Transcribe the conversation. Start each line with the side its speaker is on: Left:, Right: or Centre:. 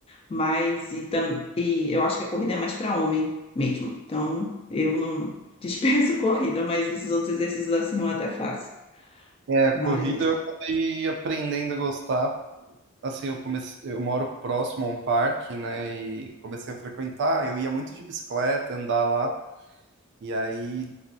Left: Mas, e, tam, e eu acho que a corrida é mais para homem mesmo. Então, eu não <laughs> dispenso corrida, mas esses outros exercícios assim eu até faço.
Right: É,
Left: Mas.
Right: corrida eu acabei aprendendo a gostar assim, eu comecei, eu moro próximo a um parque, né, e comecei a frequentar, eu ia muito de bicicleta, andar lá, e aí